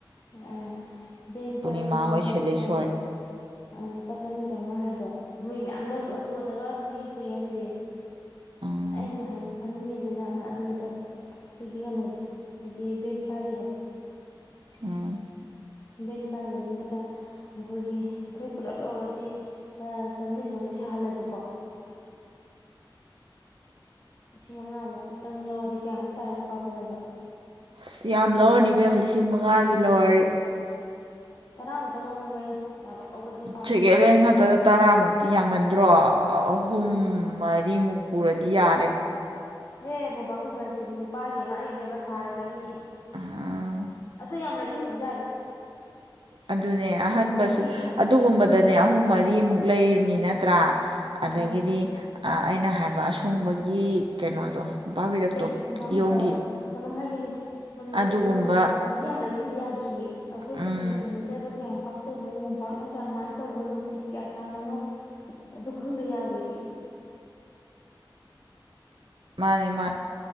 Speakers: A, on the left; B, on the right.
A: ꯑꯥ ꯚꯦꯟ
B: ꯄꯨꯔꯅꯤꯃꯥ
A: ꯀꯥꯏꯕꯩ ꯂꯨꯄꯥ
B: ꯍꯣꯏ
A: ꯆꯥꯝꯃꯔꯤ
B: ꯁꯦꯂꯤꯁ
A: ꯆꯧꯉꯥ
B: ꯍꯣꯏ
A: ꯑꯪ ꯂꯨꯄꯥ ꯆꯥꯝꯃꯔꯤ ꯆꯧꯉꯥ ꯍꯥꯏꯗꯣ ꯃꯣꯏ ꯃꯌꯥꯝꯅꯒ ꯑꯣꯇꯣꯗꯒ ꯅꯦꯛꯑꯒ ꯄꯨꯏ ꯍꯥꯏꯗꯨꯗꯤ
B: ꯎꯝ
A: ꯑꯩꯅ ꯍꯥꯟ ꯈꯟꯅꯤꯡꯉꯤꯁꯤꯅ ꯑꯗꯨ ꯅꯠꯇꯕ ꯑꯩꯈꯣꯏꯒꯤ ꯀꯩꯅꯣꯁꯦ ꯍꯥꯏꯗꯤ ꯚꯦꯟ ꯀꯥꯏꯕꯩꯗꯣ
B: ꯎꯝ
A: ꯕꯦꯟ ꯀꯥꯏꯕꯁꯤꯗ ꯑꯩꯈꯣꯏꯒꯤ ꯑꯩꯈꯣꯏ ꯄꯨꯂꯞ ꯂꯧꯔꯗꯤ ꯂꯨꯞ ꯆꯥꯝꯔꯤ ꯆꯥꯝꯔꯤ ꯁꯥꯍꯜꯂꯁꯤꯀꯣ ꯂꯤꯁꯤꯡ ꯃꯉꯥꯃꯨꯛ ꯈꯤꯇꯪ ꯂꯧꯔꯗꯤ ꯀꯌꯥꯃꯨꯛ ꯇꯥꯏꯅꯤ ꯃꯣꯟꯄꯥꯛ ꯐꯤꯗꯥꯛꯇꯣ
B: ꯑꯁ ꯌꯥꯝ ꯂꯧꯔꯅꯤ ꯏꯕꯦꯝꯃ ꯂꯤꯁꯤꯡ ꯃꯉꯥꯒꯤ ꯂꯧꯔꯔꯤ
A: ꯇꯔꯥꯃꯨꯛꯇꯪ ꯂꯧꯅꯤꯡꯕ ꯑꯩꯅ꯫ ꯌꯥꯝ ꯂꯧꯕꯗꯤ ꯄꯥꯝꯗꯕ
B: ꯁꯦꯀꯦꯟꯍꯦꯟ ꯉꯛꯇꯗ ꯇꯔꯥꯃꯨꯛꯇꯤ ꯌꯥꯝꯃꯟꯗ꯭ꯔꯣ꯫ ꯑꯍꯨꯝ ꯃꯔꯤꯃꯨꯛ ꯄꯨꯔꯗꯤ ꯌꯥ
A: ꯑꯦ ꯃꯣꯟꯄꯥꯛ ꯐꯤꯗꯥꯛꯁꯤꯗꯤ ꯅꯨꯄꯥꯒꯤ ꯑꯃ ꯑꯩꯒꯤ ꯑꯃ ꯊꯥꯔꯛꯀꯅꯤ
B: ꯑꯥ
A: ꯑꯗꯨ ꯌꯥꯝ ꯂꯩꯁꯤꯜꯂꯨꯕꯁꯨ
B: ꯑꯗꯨꯅꯦ ꯑꯍꯟꯕꯁꯨ
A: ꯑꯎꯟꯄꯣꯠꯀꯤ
B: ꯑꯗꯨꯒꯨꯝꯕꯗꯅꯦ ꯑꯍꯨꯝ ꯃꯔꯤ ꯔꯤꯃꯨ ꯂꯩꯔꯤꯅꯤ ꯅꯠꯇ꯭ꯔꯥ ꯑꯗꯒꯤꯗꯤ
A: ꯑꯥ
B: ꯑꯩꯅ ꯍꯥꯏꯕ ꯑꯁꯨꯡꯕꯒꯤ ꯀꯩꯅꯣꯗꯣ ꯃꯣꯝꯄꯥꯛꯄꯤꯔꯛꯇꯣ
A: ꯍꯦ ꯃꯣꯄꯥꯛ ꯐꯤꯗꯛ
B: ꯏꯌꯣꯡꯒꯤ
A: ꯀꯩꯅꯣꯝ ꯍꯥꯏꯒꯦꯅꯦ ꯃꯃꯤꯁꯦ
B: ꯑꯗꯨꯒꯨꯝꯕ
A: ꯀꯩꯅꯣ ꯍꯧꯖꯤꯛ ꯌꯥꯝ ꯂꯩ ꯁꯟꯕ ꯌꯥꯗ꯭ꯔꯤꯌꯦ ꯑꯩꯈꯣꯏꯒꯤ
B: ꯎꯝ
A: ꯍꯌꯦꯡ ꯐꯔꯅꯤꯆꯔꯗꯣ ꯀꯌꯥꯝ ꯄꯥꯛ ꯀꯩꯅꯣ ꯃꯣꯝꯄꯥꯛꯅ ꯀꯌꯥꯃꯥꯏꯅ ꯇꯧꯕꯅꯣ ꯐꯤꯠ ꯀꯌꯥ ꯁꯥꯡꯕꯅꯣ ꯑꯗꯨ ꯈꯪꯗ ꯌꯥꯔꯣꯏꯌꯦ
B: ꯃꯥꯅꯦ ꯃꯥꯅꯦ